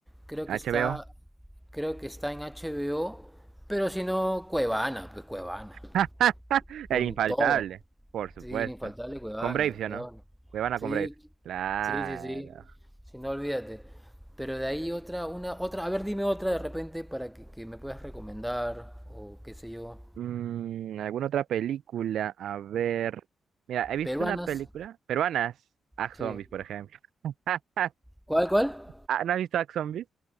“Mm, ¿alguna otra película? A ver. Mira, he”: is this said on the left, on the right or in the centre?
Right